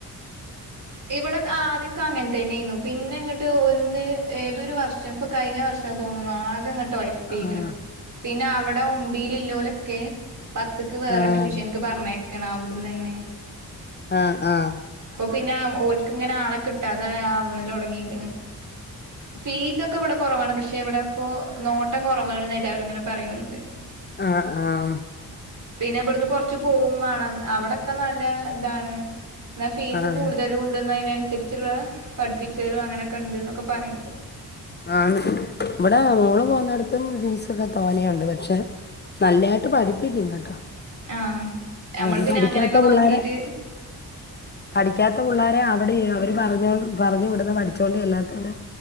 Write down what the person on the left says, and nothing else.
ആഹ്
ആഹ്
ആഹ് ആഹ
ആഹ ആഹ
ആഹ്
ആ ഇവിടെ മോള് പോകുന്നിടത്തും ഫീസ ഒക്കെ തോന്നിയുണ്ട് പക്ഷെ. നല്ലതായിട്ട് പഠിപ്പിക്കങ്ങ കേട്ടോ
ആ
പഠിക്കാത്ത
പിള്ളേരെ
പഠിക്കാത്ത പിള്ളേരെ അവിടെ അവര് പറഞ്ഞോ പറഞ്ഞു വിടന്ന് പഠിച്ചോണ്ട ചേല്ലാത്തവര്